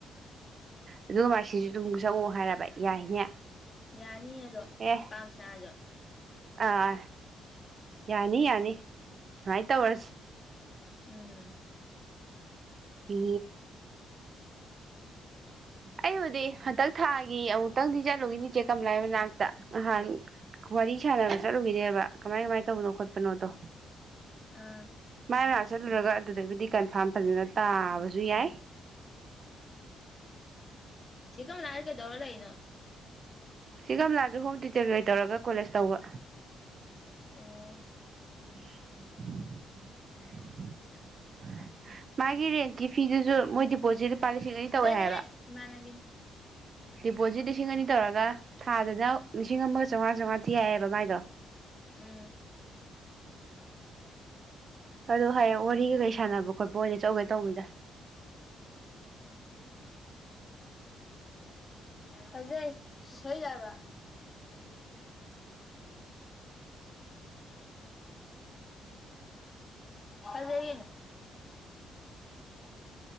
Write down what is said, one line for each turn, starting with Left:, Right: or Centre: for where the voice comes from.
Right: ꯑꯗꯨꯒ ꯃꯥ ꯁꯤꯁꯨ ꯑꯗꯨꯝ ꯆꯪꯉꯛꯑꯣ ꯍꯥꯏꯔꯕ ꯌꯥꯏꯅꯦ
Left: ꯌꯥꯅꯤ ꯑꯗꯣ
Right: ꯑꯦ
Left: ꯄꯥꯝꯁꯅꯥꯗꯣ
Right: ꯑꯥ ꯌꯥꯅꯤ ꯌꯥꯅꯤ ꯁꯨꯃꯥꯏꯅ ꯇꯧꯔꯁꯤ
Left: ꯎꯝ
Right: ꯏ ꯑꯩꯕꯨꯗꯤ ꯍꯟꯗꯛ ꯊꯥꯒꯤ ꯑꯃꯨꯛꯇꯪꯗꯤ ꯆꯠꯂꯨꯈꯤꯅꯤ ꯏꯆꯦ ꯀꯝꯂꯥꯏ ꯃꯅꯥꯛꯇ ꯅꯍꯥꯟ ꯋꯥꯔꯤ ꯁꯥꯟꯅꯕ ꯆꯠꯂꯨꯈꯤꯗꯦꯕ ꯀꯃꯥꯏ ꯀꯃꯥꯏ ꯇꯧꯕꯅꯣ ꯈꯣꯠꯄꯅꯣꯗꯣ
Left: ꯑꯥ
Right: ꯃꯥꯏ ꯃꯥ ꯆꯠꯂꯨꯔꯒ ꯑꯗꯨꯗꯒꯤꯕꯨꯗꯤ ꯀꯟꯐꯥꯔꯝ ꯐꯖꯅ ꯇꯥꯕꯁꯨ ꯌꯥꯏ
Left: ꯆꯤꯤꯡꯃꯅꯅꯥꯏ ꯀꯦꯗꯧꯔꯂꯥꯏꯩꯅꯣ
Right: ꯁꯤꯒꯂꯥꯁꯨ ꯍꯣꯝ ꯇ꯭ꯌꯨꯇꯔꯒꯩ ꯇꯧꯔꯒ ꯀꯣꯂꯦꯖ ꯇꯧꯕ
Left: ꯑꯣ
Right: <unintelligible> <unintelligible> ꯃꯥꯒꯤ ꯔꯦꯟꯁꯀꯤ ꯐꯤꯗꯨꯁꯨ ꯃꯣꯏ ꯗꯤꯄꯣꯖꯤꯠ ꯂꯨꯄꯥ ꯂꯤꯁꯤꯡ ꯑꯅꯤ
Left: ꯁꯤꯗꯅꯦ
Right: ꯇꯧꯋꯦ ꯍꯥꯏꯕ
Left: ꯏꯃꯥꯕꯤꯅꯦ
Right: ꯗꯤꯄꯣꯖꯤꯠ ꯂꯤꯁꯤꯡ ꯑꯅꯤ ꯇꯧꯔꯒ ꯊꯥꯗ ꯍꯖꯎ ꯂꯤꯁꯤꯡ ꯑꯃꯒ ꯆꯥꯝꯉꯥ ꯆꯥꯝꯃꯉꯥ ꯊꯤ ꯍꯥꯏꯑꯦꯕ ꯃꯥꯏꯗꯣ
Left: ꯎꯝ
Right: ꯑꯗ ꯍꯥꯏꯌꯦ ꯋꯥꯔꯤꯒ ꯀꯔꯤ ꯁꯥꯟꯅꯕ ꯈꯣꯠꯄ ꯑꯣꯏꯅ ꯆꯠꯒꯦ ꯇꯧꯕꯅꯤꯗ
Left: ꯍꯧꯖꯩꯁꯣꯏꯖꯕ ꯐꯖꯌꯦꯅ